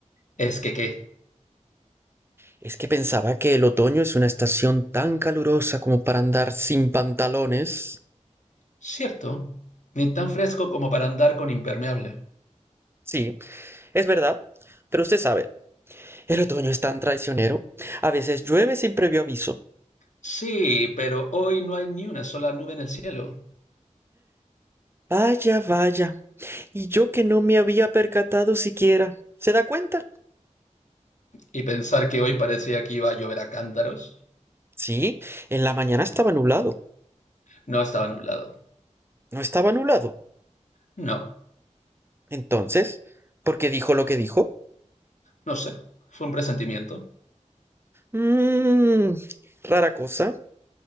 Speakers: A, on the left; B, on the right.
A: Es que qué.
B: es que pensaba que el otoño es una estación tan calurosa como para andar sin pantalones.
A: Cierto, ni tan fresco como para andar con impermeable.
B: Sí, es verdad. Pero usted sabe, el otoño es tan traicionero. A veces llueve sin previo aviso,
A: Sí, pero hoy no hay ni una sola nube en el cielo.
B: Vaya, vaya. Y yo que no me había percatado siquiera. ¿Se da cuenta?
A: Y pensar que hoy parecía que iba a llover a cántaros.
B: Sí, en la mañana estaba nublado.
A: No estaba nublado.
B: No estaba nublado.
A: No,
B: Entonces, ¿por qué dijo lo que dijo?
A: No sé, fue un presentimiento.
B: Mmm. Rara cosa.